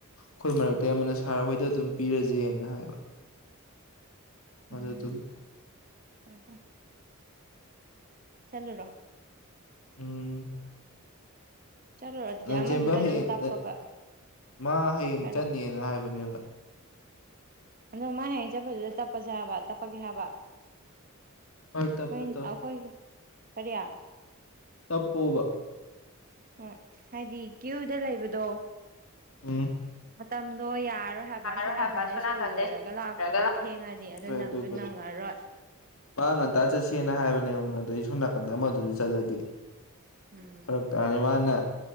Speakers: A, on the left; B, on the right.
A: ꯈꯣꯏ ꯃꯔꯛꯇꯩ ꯑꯃꯥꯅ ꯁꯥꯔ ꯍꯣꯏꯗ ꯑꯗꯨꯝ ꯄꯤꯔꯖꯦꯅ ꯍꯥꯏꯕ
B: ꯎꯝ
A: ꯑꯗꯨꯗꯨꯒꯤ
B: ꯐꯔꯦ ꯐ꯭ꯔꯦ ꯆꯠꯂꯨꯔꯣ
A: ꯎꯝ
B: ꯆꯠꯂꯨꯔꯣ ꯑꯗꯨꯗꯤ
A: ꯂꯟꯆꯦꯝꯕ
B: ꯑꯃꯗꯨꯗ
A: ꯍꯥꯌꯦꯡ
B: ꯑꯗꯨꯝ ꯇꯞꯄꯒ
A: ꯇꯥ ꯃꯥ ꯍꯥꯌꯦꯡ
B: ꯍꯥꯏꯔꯛꯑꯣ
A: ꯆꯠꯅꯦꯅ ꯍꯥꯏꯕꯅꯦꯕ
B: ꯑꯗꯨ ꯃꯥ ꯍꯌꯦꯡ ꯆꯠꯄꯗꯨꯗ ꯇꯞꯄꯖꯦ ꯍꯥꯏꯕ ꯇꯞꯄꯒꯦ ꯍꯥꯏꯕ
A: ꯍꯣꯏ ꯇꯞꯄꯣ
B: ꯑꯩꯈꯣꯏ
A: ꯇꯞ
B: ꯑꯩꯈꯣꯏꯒꯤ ꯀꯔꯤ
A: ꯇꯞꯄꯣꯕ
B: ꯍꯣꯏ ꯍꯥꯏꯗꯤ ꯀ꯭ꯌꯨꯗ ꯂꯩꯕꯗꯣ
A: ꯎꯝ
B: ꯃꯇꯝꯗꯣ ꯌꯥꯔꯔꯣꯏ ꯍꯥꯏꯕ
A: ꯌꯥꯔꯣꯏ
B: ꯁꯣꯟ ꯅꯥꯀꯟꯗ
A: ꯑꯁꯣꯝ ꯅꯥꯀꯟꯗꯩ
B: ꯁ꯭ꯀꯨꯜ ꯂꯣꯏꯔꯒ ꯂꯥꯛꯄꯗꯥ
A: ꯔꯒ ꯂꯥꯛ
B: ꯊꯦꯡꯉꯅꯤ ꯑꯗ
A: ꯍꯣꯏ
B: ꯅꯪꯖꯨ
A: ꯑꯗꯨꯕꯨꯗꯤ
B: ꯅꯪꯉꯔꯣꯏ
A: ꯃꯥ ꯉꯟꯇ ꯆꯠꯁꯦꯅ ꯍꯥꯏꯕꯅꯦ ꯑꯩꯉꯣꯟꯗ ꯑꯗꯣ ꯑꯩ ꯁꯣꯝ ꯅꯥꯀꯟꯗ ꯑꯃꯥ ꯗꯨꯖꯨ ꯆꯠꯂꯗꯤ
B: ꯎꯝ
A: ꯐꯔꯛ ꯇ꯭ꯔꯔꯦ ꯃꯥꯅ